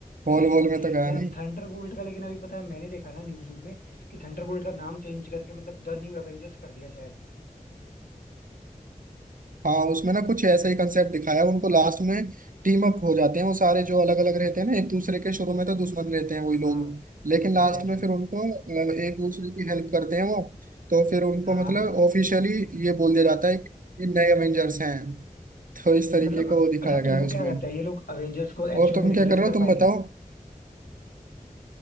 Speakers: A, on the right; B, on the left.
A: हॉल
B: अरे
A: वॉल में तो गया
B: यार
A: नहीं
B: थंडरबोल्ट का लेकिन अभी पता है मैंने देखा ना न्यूज व्यूज में कि थंडरबोल्ट का नाम चेंज करके मतलब द न्यू एवेंजर्स कर दिया शायद
A: हाँ उसमें ना कुछ ऐसा ही कंसेप्ट दिखाया उनको लास्ट में टीम अप हो जाते हैं वो सारे जो अलग अलग रहते हैं ना एक दूसरे के शुरू में तो दुश्मन रहते हैं वही
B: हाँ
A: लोग
B: हाँ
A: लेकिन
B: एग्जैक्टली
A: लास्ट में फिर उनको अ, एक दूसरे की हेल्प करते हैं वो तो फिर उनको
B: हाँ
A: मतलब ऑफिशियली ये बोल दिया जाता है कि ये नए एवेंजर्स हैं तो इस तरीके
B: मतलब
A: का वो दिखाया
B: अच्छा
A: गया
B: तुमको
A: है उसमें
B: क्या लगता है ये लोग अवेंजर्स को एक्चुअल
A: और तुम
B: में रिप्लेस
A: क्या कर रहे
B: कर
A: हो तुम
B: पाएंगे
A: बताओ